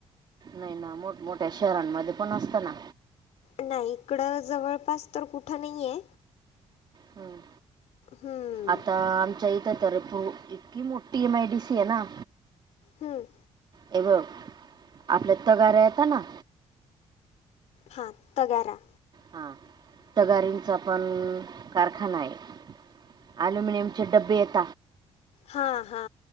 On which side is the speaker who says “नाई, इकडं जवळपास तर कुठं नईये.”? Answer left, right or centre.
Left